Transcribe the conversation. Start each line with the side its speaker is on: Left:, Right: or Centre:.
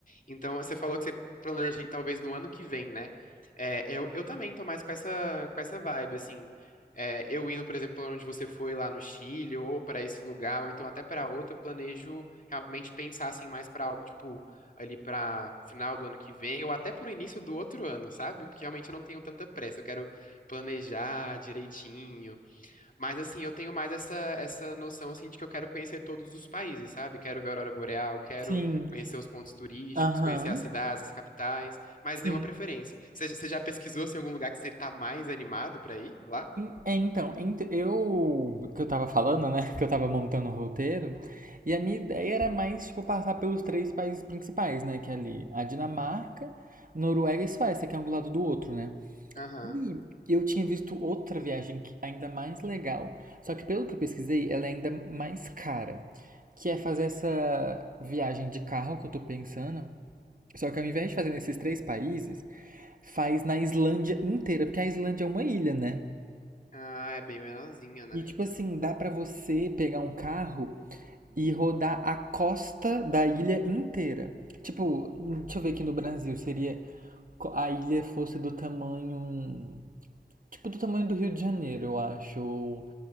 Left: Então, você falou que você planeja ir talvez no ano que vem, né? É, eu, eu também tô mais com essa, com essa vibe, assim. É, eu indo, por exemplo, pra onde você foi lá no Chile, ou pra esse lugar, ou então até pra outro, eu planejo realmente pensar assim mais pra algo tipo ali pra final do ano que vem, ou até pro início do outro ano, sabe? Porque realmente eu não tenho tanta pressa, eu quero planejar direitinho. Mas assim, eu tenho mais essa essa noção assim de que eu quero conhecer todos os países, sabe? Quero ver a aurora boreal, quero
Right: Sim.
Left: conhecer os pontos turísticos,
Right: Aham.
Left: conhecer as cidades, as capitais, mas
Right: Sim.
Left: nenhuma preferência. Você você já pesquisou assim, algum lugar que você tá mais animado pra ir lá?
Right: En- é, Então, ent- eu que eu tava falando, né? <laughs> Que eu tava montando o roteiro, e a minha ideia era mais, tipo, passar pelos três países principais, né? Que é ali a Dinamarca, Noruega e Suécia, que é um do lado do outro, né?
Left: Aham.
Right: E eu tinha visto outra viagem que- ainda mais legal, só que pelo que eu pesquisei, ela é ainda mais cara, que é fazer essa viagem de carro que eu tô pensando. Só que ao invés de fazer nesses três países, faz na Islândia inteira, porque a Islândia é uma ilha, né?
Left: Ah, é bem menorzinha, né?
Right: E tipo assim, dá pra você pegar um carro e rodar a costa da ilha inteira. Tipo, deixa eu ver aqui no Brasil, seria a ilha fosse do tamanho, tipo do tamanho do Rio de Janeiro, eu acho, ou